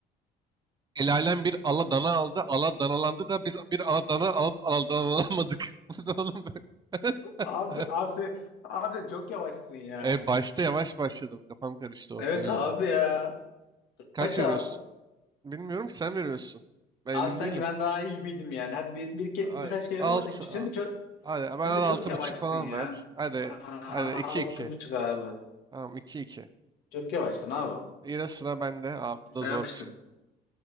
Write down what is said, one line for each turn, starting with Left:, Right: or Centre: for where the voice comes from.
Right: El alem bir ala dana aldı. Ala danalandı da biz bir ala dana alıp ala danalamadık. <laughs> Bu da oğlum böyle.
Left: Abi, sen-
Right: <laughs>
Left: abi, sen- abi sen çok yavaşsın ya.
Right: E, başta yavaş başladım. Kafam karıştı orada
Left: Evet
Right: o yüzden.
Left: abi ya.
Right: Kaç
Left: Kaç
Right: veriyorsun?
Left: abi?
Right: Bilmiyorum ki sen veriyorsun. Ben
Left: Abi
Right: emin
Left: sanki
Right: değilim.
Left: ben daha iyi gibiydim yani. Hadi bir, bir ke-
Right: A-
Left: birkaç kelime
Right: Alt.
Left: ama sen,
Right: a-
Left: sen de çok
Right: Hadi ben
Left: sen
Right: al
Left: de çok
Right: altı
Left: yavaştın
Right: buçuk falan
Left: ya.
Right: ver. Hadi.
Left: Aa,
Right: Hadi iki
Left: Altı
Right: iki.
Left: buçuk abi.
Right: Tamam iki iki.
Left: Çok yavaştın abi.
Right: Yine sıra bende. Abi bu
Left: Sen
Right: da zor
Left: yapıştın.
Right: bir şey.